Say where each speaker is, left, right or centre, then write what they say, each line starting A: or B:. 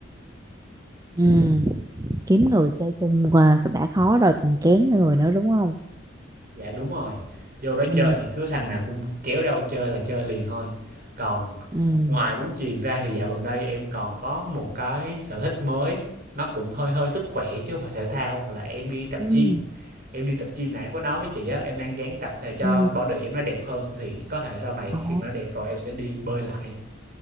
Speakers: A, on the right; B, on the right.
A: ừ. kiếm người chơi chung là đã khó rồi còn kén người nữa đúng không
B: dạ đúng rồi vô đó
A: ừ
B: chơi thì cứ thằng nào cũng kéo đâu chơi là chơi liền thôi còn
A: ừ
B: ngoài bóng chuyền ra thì dạo gần đây em còn có một cái sở thích mới nó cũng hơi hơi sức khỏe chứ không phải thể thao là em đi tập
A: ừ
B: gym em đi tập gym này em có nói với chị á em đang gán tập để cho
A: ừ
B: body em nó đẹp hơn thì có thể sau này
A: ồ
B: khi mà nó đẹp rồi em sẽ đi bơi lại